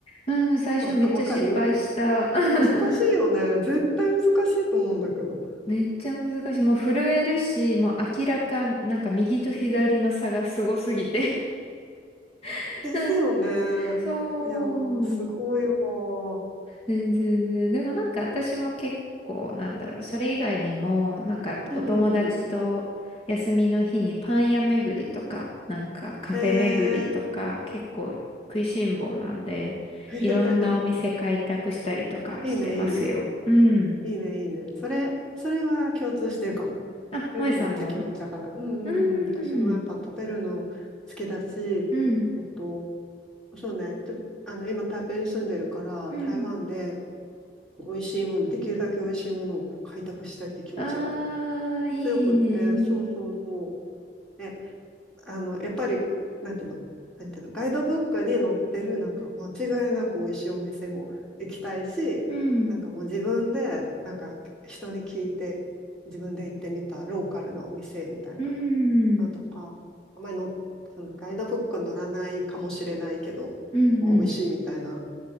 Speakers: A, on the left; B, in the centre.
A: うん最初めっちゃ失敗した。
B: わかわかる
A: <laughs>
B: 難しいよね。絶対難しいと思うんだけど。
A: めっちゃ難しい。もう震えるし、もう明らかなんか右と左の差がすごすぎて <laughs>
B: ですよね。
A: うんそう。
B: いやー、すごいわー。
A: 全然全然。でもなんか私も結構なんだろう。それ以外にも、なんかお友達と休みの日にパン屋巡りとか、
B: うんうんうん。
A: なんかカフェ巡りとか、
B: へえ。
A: 結構食いしん坊なんで、
B: <laughs>
A: いろんなお店開拓したりとかしてますよ。
B: いいね、いいね。
A: うん。
B: いいね、いいね。それ、それは共通してるかも。
A: あ、
B: それはめっちゃ気持ちだから。
A: 萌さんも
B: うんうんうん。
A: うーん。
B: 私もやっぱ食べるの好きだし、
A: うん。
B: えっと、そうね。ちょ、あの、今台北に住んでるから、
A: うん。
B: 台湾で美味しいもの、できるだけ美味しいものをこう開拓したいって気持ちが
A: あー、いいね。
B: 強くって、そうそうそう。え、あの、やっぱり、なんていうの、なんていうの、ガイドブックに載ってる、なんか間違いなく美味しいお店も行きたいし、
A: うん。
B: なんかもう自分で、なんか人に聞いて、自分で行ってみたローカルなお店みたいな
A: うん。
B: のとか、あんまりの、そのガイドブックに載らないかもしれないけど、
A: うんうん。
B: ここは美味しいみたいな